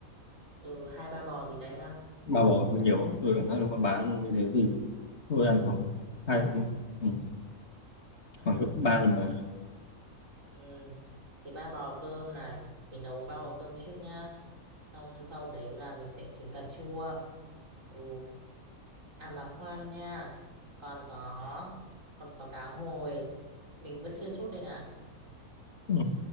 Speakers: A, on the right (about 60°); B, on the left (about 50°).
A: ừ hai ba bò gì đấy ha
B: ba bò hơi nhiều tôi cảm giác nếu mà bà ăn như thế thì tôi ăn
A: ừ
B: khoảng hai ừ, ừ,
A: ừ
B: khoảng gấp ba lần bà
A: ừ thì ba bò cơm này thì nấu ba bò cơm trước nhá xong sau đấy là mình sẽ chỉnh cà chua ừ à mà khoan nha còn có còn có cá hồi mình vẫn chưa chốt đây này
B: Ừ.